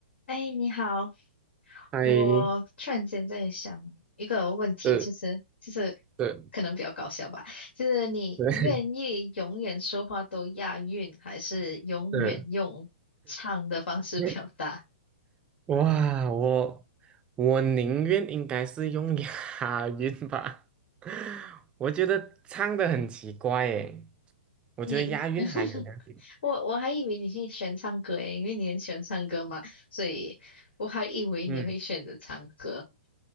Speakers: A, on the left; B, on the right.
A: 哎，你好，
B: 嗨，
A: 我突然间在想一个问题，
B: 对
A: 就是就是
B: 对
A: 可能比较搞笑吧，就是你愿意永远说话都押韵，
B: 对
A: 还是永远用唱的方式表达？
B: 对，<laughs> 哇，我我宁愿应该是用押韵吧，<laughs> 我觉得唱的很奇怪诶，我觉得押韵还没有关系。
A: 你你，<laughs> 我我还以为你是喜欢唱歌诶，因为你很喜欢唱歌嘛，所以我还以为你会选择唱歌。
B: 嗯，